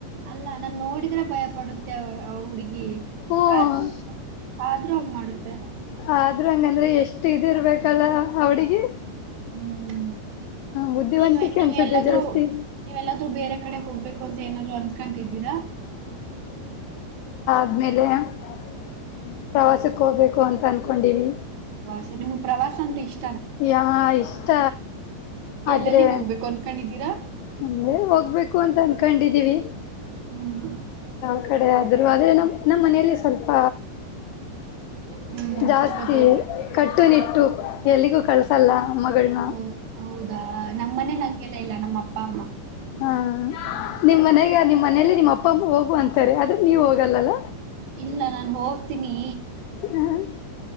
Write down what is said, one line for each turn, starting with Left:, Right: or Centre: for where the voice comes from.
Right: ಅಲ್ಲ ನಾನ್ ನೋಡಿದ್ರೆ ಭಯ ಪಡುತ್ತೆ ಆ ಹುಡ್ಗಿ
Left: ಹ್ಮ್
Right: <unintelligible> ಆದ್ರೂ ಹಂಗ್ ಮಾಡುತ್ತೆ.
Left: ಆದ್ರೂ ಹಂಗಂದ್ರೆ ಎಷ್ಟ್ ಇದ್ ಇರ್ಬೇಕಲ್ಲ ಆ ಹುಡುಗಿ
Right: ಹ್ಮ್.
Left: ಬುದ್ಧಿವಂತಿಕೆ
Right: ನೀವೇ ನೀವ್
Left: ಅನ್ಸುತ್ತೆ
Right: ಎಲ್ಲಾದ್ರೂ
Left: ಜಾಸ್ತಿ
Right: ನೀವೆಲ್ಲಾದ್ರೂ ಬೇರೆ ಕಡೆ ಹೋಗ್ಬೇಕು ಅಂತ ಏನಾದ್ರು ಅನ್ಕನ್ತಿದ್ದಿರಾ?
Left: <unintelligible> ಪ್ರವಾಸಕ್ಕ್ ಹೋಗ್ಬೇಕು ಅಂತ ಅನ್ಕೊಂಡೀವಿ
Right: ಸರ್ ನಿಮಗ್ ಪ್ರವಾಸ ಅಂದ್ರೆ ಇಷ್ಟ್
Left: ಯಾ ಇಷ್ಟ ಆದ್ರೆ
Right: ಎಲ್ಲೆಲ್ಲಿಗ್ ಹೋಗ್ಬೇಕು ಅನ್ಕೊಂಡಿದ್ದೀರಾ?
Left: ತಂದೆ ಹೋಗ್ಬೇಕು ಅಂತ ಅನ್ಕೊಂಡಿದೀವಿ
Right: ಹ್ಮ್.
Left: ಈ ಕಡೆ ಆದ್ರು ಅದೇ ನಮ್ ನಮ್ ಮನೇಲಿ ಸ್ವಲ್ಪ
Right: ಹ್ಮ್
Left: ಜಾಸ್ತಿ
Right: ಗೊತ್ತಾಯ್ತು
Left: ಕಟ್ಟುನಿಟ್ಟು ಎಲ್ಲಿಗೂ ಕಳ್ಸಲ್ಲ ಮಗಳನ್ನ
Right: ಹೌ ಹೌದಾ ನಮ್ ಮನೇಲ್ ಹಂಗೆಲ್ಲಾ ಇಲ್ಲ ನಮ್ ಅಪ್ಪ ಅಮ್ಮ
Left: ಹಾ ನಿಮ್ ಮನೆಗ್ಯಾರ್ ನಿಮ್ ಮನೇೆಲಿ ನಿಮ್ ಅಪ್ಪ್ ಹೋಗು ಹೋಗು ಅಂತಾರೆ ಆದ್ರೆ ನೀವು ಹೋಗಲ್ಲಲ್ಲ
Right: ಇಲ್ಲ ನಾನ್ ಹೋಗ್ತೀನಿ
Left: <unintelligible>